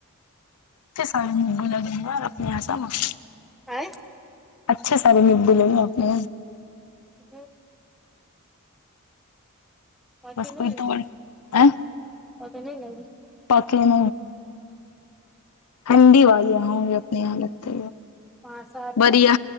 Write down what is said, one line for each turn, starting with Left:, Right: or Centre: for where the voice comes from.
Left: اے سارے مبو لگے ہیں اپنے للل <unintelligible>
Centre: آے
Left: اچھے ساریے <unintelligible> آپ نے
Centre: گیا پکے
Left: بس
Centre: نہیں
Left: کوئی
Centre: لگے
Left: توڑ ا
Centre: پکنے لگے
Left: <unintelligible> ہوں گی اپنی یہالگتے
Centre: پانچ سال
Left: بڑھیا